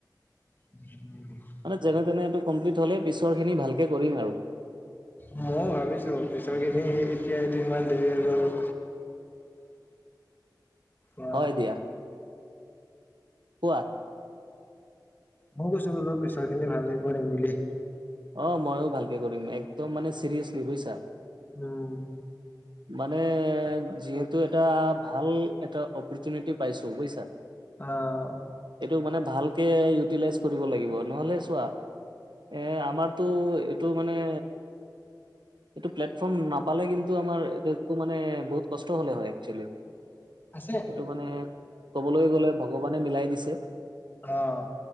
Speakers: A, on the left; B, on the right.
A: উম।
B: মানে যেনে তেনে এইটো কমপ্লিট হ'লে পিছৰ খিনি ভালকে কৰিম আৰু।
A: ময়ো ভাবিছো পিছৰখিনি এতিয়া এইটো ইমান দেৰি হৈ গ'ল। অহ,
B: হয় দিয়া। কোৱা।
A: মই কৈছোঁ বোলো পিছৰ খিনি ভালকে কৰিম বুলি।
B: অ', ময়ো ভালকে কৰিম একদম মানে চিৰিয়াছলি বুজিছা।
A: উম।
B: মানে যিহেতু এটা ভাল এটা অপৰ্চুনিটি পাইছো বুজিছা।
A: অ'।
B: এইটো মানে ভালকে ইউটিলাইজ কৰিব লাগিব নহ'লে চোৱা। এ আমাৰতো এইটো মানে এইটো প্লেটফৰ্ম নাপালে কিন্তু আমাৰ এইটো মানে বহুত কষ্ট হলে হয় একচুৱেলি এইটো
A: আছে।
B: মানে ক'বলৈ গলে, ভগৱানে মিলাই দিছে।
A: অঁ